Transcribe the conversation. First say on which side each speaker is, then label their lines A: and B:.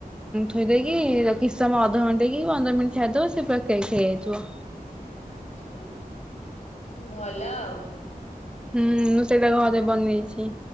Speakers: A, in the centre; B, on the left.
A: ଥୋଇଦେଇକି କି କିଛି ସମୟ ଅଧଘଣ୍ଟା କି ପନ୍ଦର ମିନିଟ୍ ଛାଡ଼ିଦେବ ସେ ପୁରା କେକ୍ ହେଇଯାଇଥିବ।
B: ଆଚ୍ଛା ଭଲ ଆଉ।
A: ହୁଁ ମୁଁ ସେଇଟା ଘରେ ବନେଇଚି।